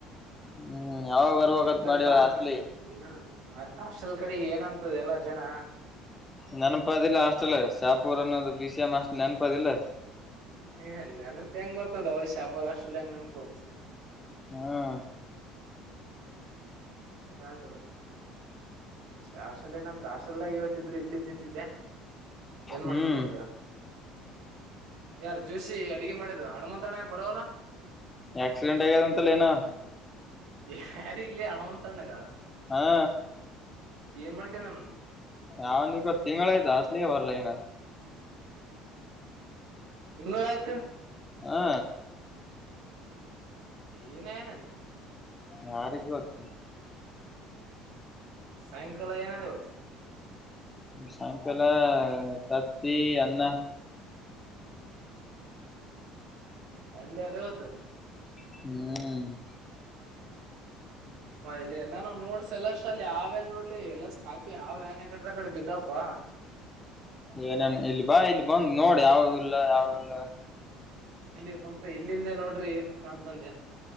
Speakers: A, on the left (about 20°); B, on the right (about 75°).
A: ಹ್ಮ್ ಯಾವಗ ಬರಬೇಕಂತ
B: ಮತ್ತೇನ್ಪಾ
A: ಮಾಡಿದ ಹಾಸ್ಟೆಲಿಗ
B: ಏನಣ ಹಾಸ್ಟೆಲ್ ಕಡಿಗ ಏನಂತದ ಎಲ್ಲ ಜನ
A: ನೆನಪದಿಲ್ಲ ಹಾಸ್ಟೆಲ್ ಶಾಪುರ್ ಅನ್ನೋದು ಬಿ ಸಿ ಎಂ ಹಾಸ್ಟೆಲ್ ನೆನಪದಿಲ್ಲ
B: ಹಾ ನೆನಪ ಎಂಗೂತದೊ ಶಾಪುರ ಹಾಸ್ಟಲ್ ಎಂಗ ನೆನಪುತದ
A: ಹ್ಮ್
B: ಹ್ಮ್ ಊಟ ಆಲ್ಲಿ ದೊಡಪ್ಪ ಹಾಸ್ಟೆಲ್ ನಮ್ದು ಹಾಸಲ್ದಾಗ ಇವತ್ತ ಇದ್ರೆ ಇಡ್ಲಿ ತಿಂತಿದ್ದೆ ಏನ್
A: ಹ್ಮ್
B: ಮಾಡ್ತಿ ಮತ್ತ ಯಾರು ಜೋಶಿ ಅಡಗಿ ಮಾಡಿದ್ ಹನುಮಂತಣ ಯಾಕ ಬರವಲ್ಲ
A: ಆಕ್ಸಿಡೆಂಟ್ ಆಗೆದಂತಲೇನ
B: ಯಾರ ಇಲ್ಲಿ ಹಣಮಂತಣ್ಣಗ
A: ಹಾ
B: ಏನ್ ಮಾಡ್ಕಂದನ್
A: ಯಾವನಿಗ್ ಗೊತ್ತ ತಿಂಗಳಯತ ಹಾಸ್ಟೆಲಿಗೆ ಬರಲಾಗನ
B: ತಿಂಗಳ ಆಯ್ತ
A: ಹಾ
B: ಏನಾಗದೇನ
A: ಯಾರಿಗ್ ಗೊತ್ತು
B: ಸಾಯಂಕಾಲ ಏನಿದೆ ಇವತ್ತು
A: ಸಾಯಂಕಾಲ ತತ್ತಿ ಅನ್ನ
B: ಸಂಡೇ ಅಲ್ಲ ಇವತ್ತು
A: ಹ್ಮ್
B: ಮ ಇಲಿ ನಾನ ನೋಡ್ಸ್ ಎಲ್ಲ ಅಷ್ಟ ಅಲ್ಲಿ ಅವ್ಯನ್ ನೋಡ್ಲಿ ಎಲ್ಲಾ ಕಾಪಿ ಅವ್ಯಾನ್ ಯಕಡ ಕಡೆ ಬಿದ್ದಪ್ಪಾ ಹ
A: ಏನೇನ್ ಇಲ್ಲಿ ಬಾ ಇಲ್ಲಿ ಬಂದ್ ನೋಡಿ ಯಾವ್ದ ಇಲ್ಲ ಯಾವವುಲ್ಲ
B: ಇಲ್ಲಿ ಕುಂತ ಇಲ್ಲಿಂದೆ ನೋಡ್ರಿ ಏನ್ ಕಾಣ್ದಂದೆ